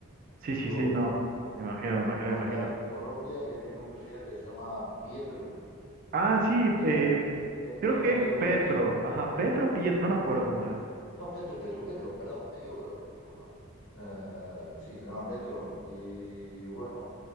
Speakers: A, on the right; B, on the left.
A: Sí,
B: Eso,
A: sí, sí,
B: por
A: no.
B: ejemplo.
A: Me imagino, me imagino,
B: Luego
A: me imagino.
B: está Colombia, que tiene un presidente que se llama Pietro.
A: Ah, sí,
B: Tengo
A: eh,
B: una-
A: creo
B: tengo
A: que
B: un amigo
A: es Petro.
B: allí
A: Ajá, Petro o Pietro, no me acuerdo cómo es.
B: No, Petro, Petro, Petro, perdón, me he equivocado, me he equivocado. Eh, sí, se llama Petro y bueno,